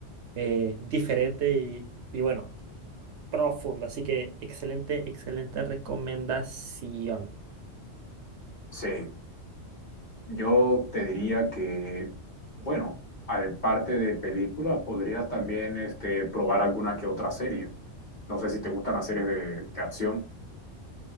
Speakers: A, on the right; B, on the left.
A: eh, diferente y, y, bueno, profundo. Así que excelente, excelente recomendación.
B: Sí. Yo te diría que, bueno, aparte de películas, podrías también este, probar alguna que otra serie. No sé si te gustan las series de, de acción.